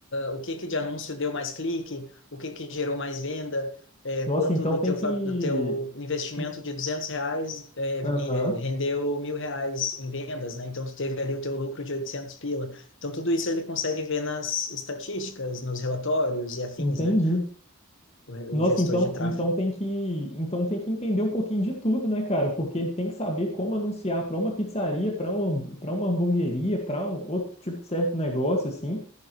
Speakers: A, on the left (about 55°); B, on the left (about 30°).
A: o que que de anúncio deu mais clique, o que que gerou mais venda, é,
B: Nossa,
A: quanto
B: então
A: do
B: tem
A: teu,
B: que.
A: fa- do teu investimento
B: en-
A: de 200 reais é,
B: Aham,
A: e, é, rendeu mil reais em vendas, né? Então, tu teve ali o teu lucro de 800 pila. Então, tudo isso ele consegue ver nas estatísticas, nos relatórios e afins,
B: entendi.
A: né? O,
B: Nossa,
A: o gestor
B: então,
A: de tráfego.
B: então tem que, então tem que entender um pouquinho de tudo, né, cara? Porque ele tem que saber como anunciar para uma pizzaria, para um para uma hamburgueria, para um outro tipo de certo negócio assim.